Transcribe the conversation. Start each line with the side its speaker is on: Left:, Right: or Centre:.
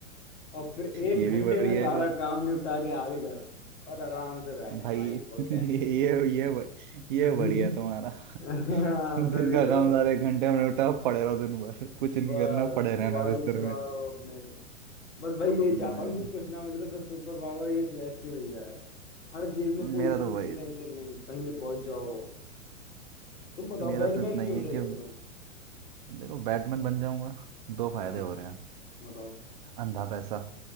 Left: और फिर एक
Right: ये
Left: घंटे
Right: भी बढ़िया
Left: में सारा
Right: है सर
Left: काम निपटा के आगे घर और आराम से बैठे
Right: भाई
Left: हैं भाई कोई
Right: <laughs>
Left: टेंशन
Right: ये ये ये ब- ये
Left: नहीं
Right: बढ़िया है
Left: <laughs>
Right: तुम्हारा
Left: हाँ
Right: <laughs> दिन
Left: तभी
Right: का
Left: तो
Right: काम सारे एक घंटे में निपटा पड़े रहो दिन भर कुछ
Left: बस
Right: नहीं करना पड़े रहना
Left: मोबाइल
Right: बिस्तर
Left: चलाओ
Right: में
Left: अपने बस भाई यही
Right: हम्म
Left: चाहता हूँ कि कुछ ना मिले तो बस सुपर पावर ये फ्लैश की मिल जाए हर चीज में कोई
Right: मेरा
Left: चीज
Right: तो वही
Left: की टेंशन नहीं कहीं पे पहुंच जाओ तुम बताओ
Right: मेरा
Left: बैटमैन
Right: तो इतना
Left: क्यों
Right: ही है
Left: चाहिए
Right: कि
Left: तुम्हें
Right: देखो बैटमैन बन जाऊंगा दो फायदे
Left: हाँ
Right: हो रहे हैं
Left: बताओ
Right: अंधा पैसा